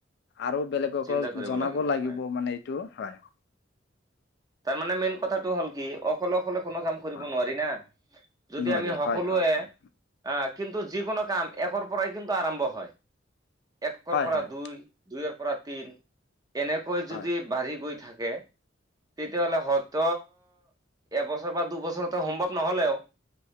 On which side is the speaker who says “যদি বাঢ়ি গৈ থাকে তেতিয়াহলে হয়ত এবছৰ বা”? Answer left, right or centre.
Right